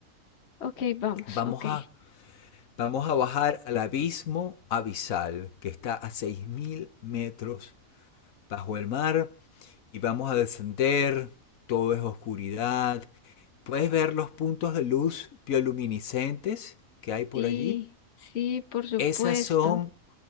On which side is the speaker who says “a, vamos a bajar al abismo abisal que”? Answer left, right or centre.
Left